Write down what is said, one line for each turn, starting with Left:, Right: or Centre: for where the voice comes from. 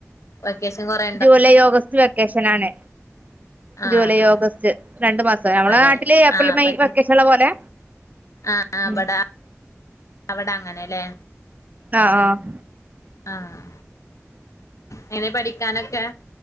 Left: വെക്കേഷൻ കൊറേ
Right: ജൂലൈ, ഓഗസ്റ്റ് വെക്കേഷനാണ്.
Left: ആഹ്
Right: ജൂലൈ,
Left: ആഹ്
Right: ഓഗസ്റ്റ്. രണ്ട്മാസം ഞമ്മളെ
Left: അതെ
Right: നാട്ടില് ഏപ്രിൽ,
Left: ആഹ് അപ്പൊ
Right: മെയ് വെക്കേഷള്ള പോലെ
Left: ആഹ് ആഹ്
Right: ഉം
Left: ബടെ അവടെ അങ്ങനെല്ലേ?
Right: ആഹ് ആഹ്
Left: ആഹ്. എങ്ങനെ പഠിക്കാനൊക്കെ?